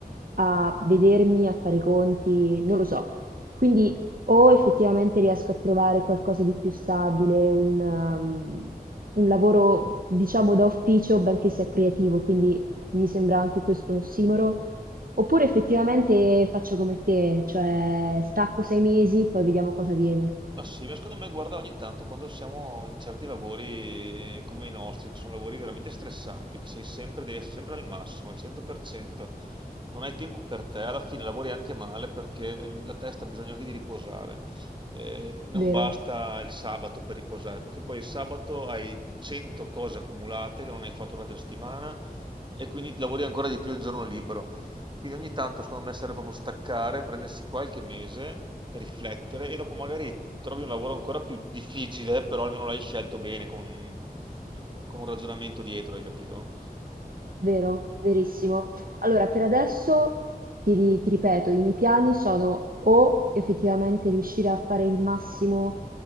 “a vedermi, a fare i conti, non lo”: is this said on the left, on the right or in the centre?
Right